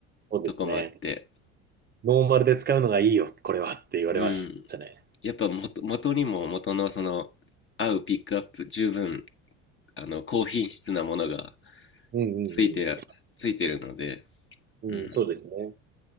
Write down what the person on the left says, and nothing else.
とこもあって、
うん。やっぱ元、元にも元のその、合うピックアップ十分あの、高品質なものが
ついてら、
ついてるので、
うん。